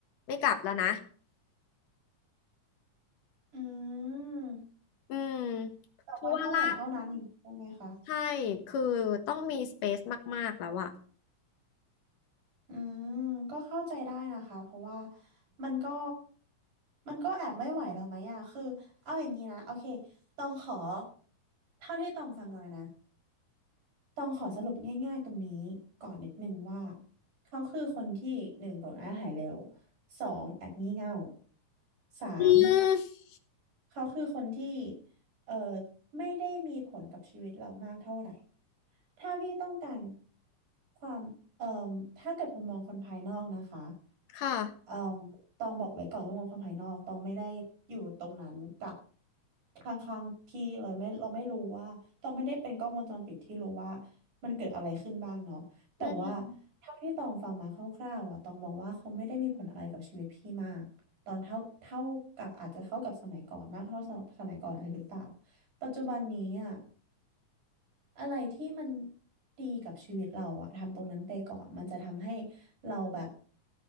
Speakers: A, on the left; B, on the right.
A: ไม่กลับแล้วนะ
B: อืม
A: อืม
B: แต่ว่าเท่าไหนเท่านั้นอย่างนี้ใช่ไหมคะ
A: เพราะว่าล่า ใช่คือต้องมีสเปซมากๆแล้วอะ
B: อืมก็เข้าใจได้นะคะเพราะว่ามันก็มันก็แอบไม่ไหวเราไหมอะคือเอาอย่างนี้นะโอเคต้องขอเท่าที่ต้องฟังมานะต้องขอสรุปง่ายๆตรงนี้ก่อนนิดนึงว่าเขาคือคนที่หนึ่งโกรธง่ายหายเร็วสองแอบงี่เง่าสาม
A: อืม
B: เขาคือคนที่เอ่อไม่ได้มีผลกับชีวิตเรามากเท่าไหร่ ถ้าพี่ต้องการความเอ่อถ้าเกิดมุมมองคนภายนอกนะคะ
A: ค่ะ
B: เอ่อตองบอกไว้ก่อนว่างบความภายนอกตองไม่ได้อยู่ตรงนั้นกับข้างๆพี่เลยไม่เราไม่รู้ว่าตองไม่ได้เป็นกล้องวงจรปิดที่รู้ว่ามันเกิดอะไรขึ้นบ้างเนาะแต่ว่า
A: อืม
B: เท่าที่ตองฟังมาคร่าวๆอ่ะตองมองว่าเขาไม่ได้มีผลอะไรกับชีวิตพี่มากตอนเท่าเท่ากับอาจจะเท่ากับสมัยก่อนมากเท่าสสมัยก่อนอะไรหรือเปล่าปัจจุบันนี้อ่ะอะไรที่มันดีกับชีวิตเราอ่ะทำตรงนั้นไปก่อนมันจะทำให้เราแบบ